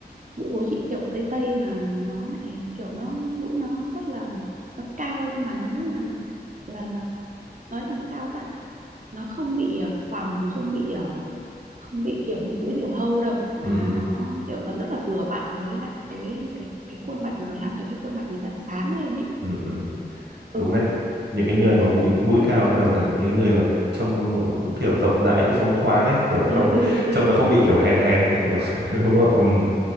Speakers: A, on the right (about 50°); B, on the right (about 85°).
A: mũi của chị kiểu tây tây mà nó lại kiểu nó mũi nó rất là nó cao nhưng mà nó rất là là là nói làm sao ta nó không bị ờ, khoằm không bị ờ, không bị kiểu như mũi diều hâu đâu mà
B: Ừ.
A: là
B: Ừ.
A: nó kiểu nó rất là vừa vặn với lại cái cái cái khuôn mặt mà nó làm cho cái khuôn mặt người ta sáng lên ấy
B: Ừ. Ừ.
A: ừ
B: đúng đấy những cái người mà mũi
A: đấy
B: mũi cao thường là những cái người mà trông cũng kiểu rộng rãi phóng khoáng ấy kiểu
A: ừ,
B: không
A: ừ, ừ.
B: trông nó không bị kiểu hèn hèn ấy, kiểu <laughs> đúng không